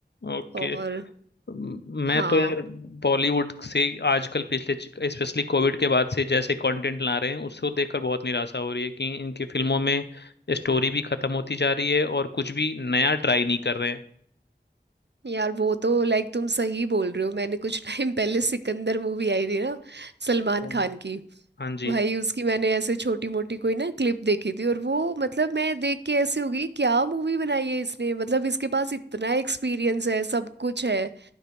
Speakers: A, on the left (about 70°); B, on the right (about 75°).
A: ओके
B: और
A: म- मैं
B: हाँ
A: तो यार बॉलीवुड से आजकल पिछले स्पेशली कोविड के बाद से जैसे कंटेंट ला रहे हैं उसको देखकर बहुत निराशा हो रही है कि इनकी फिल्मों में स्टोरी भी खत्म होती जा रही है और कुछ भी नया ट्राई नहीं कर रहे हैं
B: यार वो तो लाइक तुम सही बोल रहे हो मैंने कुछ <laughs> टाइम पहले सिकंदर मूवी आई थी ना सलमान
A: वो
B: खान
A: मैं-
B: की
A: हाँ जी
B: भाई उसकी मैंने ऐसे छोटी मोटी कोई ना क्लिप देखी थी और वो मतलब मैं देख के ऐसे हो गई क्या मूवी बनाई है इसने मतलब इसके पास इतना एक्सपीरियंस है सब कुछ है